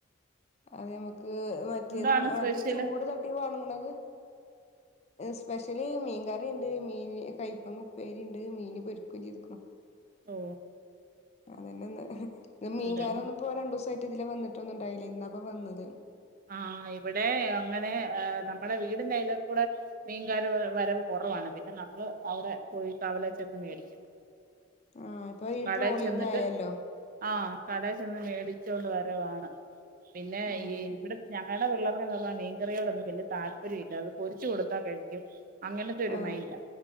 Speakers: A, on the left; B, on the right.
A: അതെമ്മക്ക് മറ്റേത്
B: എന്താണ്
A: മറ്റേ
B: സ്പെഷ്യല്
A: ചൂട് തട്ടി ഒണങ്ങണത്. സ്പെഷ്യല് മീൻകറിണ്ട്, മീന് കൈപ്പങ്ങ ഉപ്പേരി, ണ്ട് മീന് പൊരിക്കും, ചെയ്ത്ക്ക്ണ്.
B: ഓ
A: അതന്നെ ന്ന് മീൻകാരൊന്നും
B: ഉണ്ട്
A: ഇപ്പോ രണ്ടോസായിട്ട് ഇതില വന്നിട്ടൊന്നും ഇണ്ടായില്ല ഇന്നാപ്പ വന്നത്.
B: ആഹ്‌ ഇവ്ടെ അങ്ങനെ നമ്മടെ വീടിന്റെയ്ലെക്കൂടെ. മീൻകാര വരവ് കൊറവാണ് പിന്നെ നമ്മള് അവിടെ പോയി കവല ചെന്ന് മേടിക്കും.
A: ആഹ് ഇപ്പൊ ഈ
B: കടേ
A: ട്രോളിങ്
B: ചെന്നിട്ട്.
A: ആയല്ലോ
B: ആഹ്‌ കടേച്ചെന്ന് മേടിച്ചൊണ്ട് വരവാണ് പിന്നെ
A: ആഹ്
B: ഈ ഞങ്ങടെ പിള്ളേർക്കൊന്നും എന്തെന്നാ മീൻകറിയോടൊന്നും വല്ല്യ താല്പര്യ ല്ല അത് പൊരിച്ച് കൊടുത്താ കഴിക്കും. അങ്ങനത്തെ ഒരു
A: ആഹ്
B: മൈൻഡാ